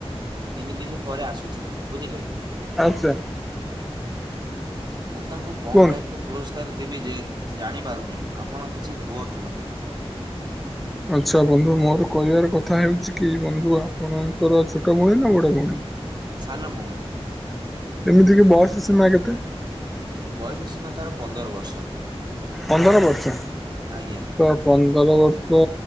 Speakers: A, on the right (about 45°); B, in the centre.
A: ତିନି ଦିନ ପରେ ଆସୁଛି, ବୁଝିଲେ?
B: ଆଛା।
A: ମୁଁ ତାଙ୍କୁ କଣ
B: କୁହନ୍ତୁ।
A: ଏକ ପୁରସ୍କାର ଦେବି ଯେ ଜାଣି ପାରୁନି, ଆପଣ କିଛି କୁହନ୍ତୁ ମୋତେ?
B: ଆଛା ବନ୍ଧୁ, ମୋର କହିବାର କଥା ହେଉଛି କି ବନ୍ଧୁ ଆପଣଙ୍କର ଛୋଟ ଭଉଣୀ ନା ବଡ ଭଉଣୀ?
A: ସାନ ଭଉଣୀ।
B: ଏମିତି କି ବୟସ ସୀମା କେତେ?
A: ବୟୋଜ ସୀମା ତାର ପନ୍ଦର ବର୍ଷ।
B: ପନ୍ଦର ବର୍ଷ
A: ଆଜ୍ଞା
B: ତ ପନ୍ଦର ବର୍ଷ